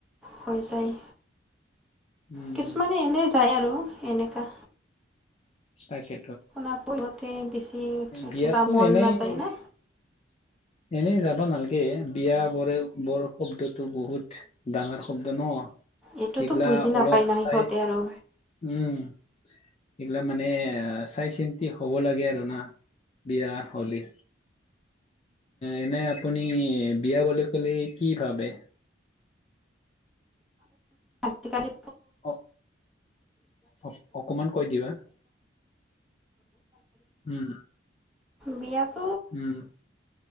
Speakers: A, in the centre; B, on the left.
A: হৈ যায়।
B: উম
A: কিছুমানে এনে যায় আৰু এনেকা।
B: তাকে।
A: আপোনাক কৈহোঁতে বেছি
B: বিয়াতো
A: কিবা মন
B: এনেই
A: নাযায় নে?
B: এনেই যাবা নালাগে। সেয়ে বিয়া বৰে বৰ শব্দটো বহুত ডাঙৰ শব্দ ন'।
A: এইটোতো
B: এইগিলা
A: বুজি নাপায়
B: অলপ
A: ন'
B: চাই
A: সিহঁতে আৰু।
B: উম, এইগিলা মানে চাই চিন্তি হ'ব লাগে আৰু না। বিয়া হ'লে। এনে আপুনি বিয়া বুলি ক'লে কি ভাবে?
A: আজিকালি
B: অ অ অকমান কৈ দিবা উম।
A: বিয়াত
B: উম